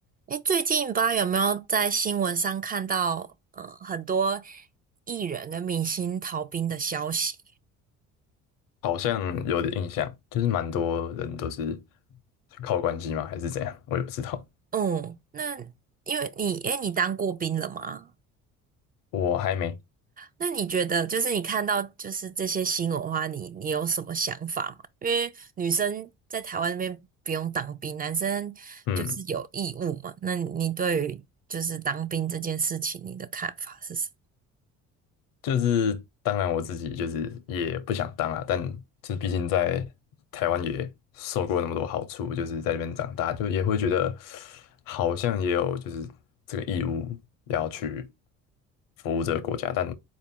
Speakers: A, on the right; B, on the left.
A: 哎，最近不知道有没有在新闻上看到，呃，很多艺人跟明星逃兵的消息。
B: 好像有点印象，就是蛮多人都是靠关系嘛，还是怎样，我也不知道。
A: 嗯，那因为你，哎，你当过兵了吗？
B: 我还没，
A: 那你觉得，就是你看到就是这些新闻的话，你你有什么想法吗？因为女生在台湾那边不用当兵，男生就是有义务嘛。
B: 嗯，
A: 那你对于就是当兵这件事情，你的看法是什么？
B: 就是当然我自己就是也不想当啊，但就是毕竟在台湾也受过那么多好处，就是在那边长大，就也会觉得好像也有就是这个义务要去服务这个国家，但